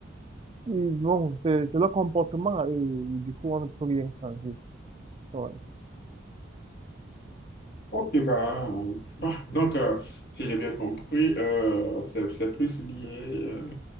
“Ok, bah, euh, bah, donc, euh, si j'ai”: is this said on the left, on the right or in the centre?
Left